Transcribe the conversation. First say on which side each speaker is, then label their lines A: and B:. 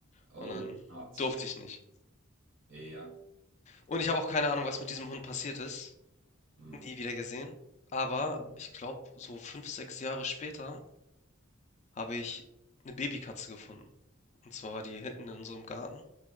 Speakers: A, on the right; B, on the left.
A: Oh,
B: Und dann
A: hart.
B: durfte ich nicht.
A: Ja.
B: Und ich habe auch keine Ahnung, was mit diesem Hund passiert ist.
A: Hm,
B: Nie wieder gesehen. Aber
A: hm,
B: ich glaube, so fünf, sechs Jahre später habe ich eine Babykatze gefunden. Und zwar war die hinten in unserem Garten.